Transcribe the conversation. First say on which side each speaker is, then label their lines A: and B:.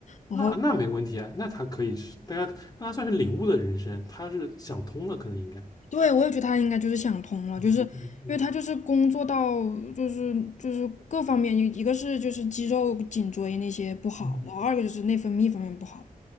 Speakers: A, on the left (about 55°); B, on the left (about 25°).
A: 然后
B: 那那没问题啊，那他可以是，大家那他算是领悟的人生，他是想通了，可能应该。
A: 对，我也觉得他应该就是想通了，
B: 嗯嗯嗯
A: 就是因为他就是工作到就是就是各方面，一个是就是肌肉颈椎那些不好，
B: 嗯
A: 然后二个就是内分泌方面不好，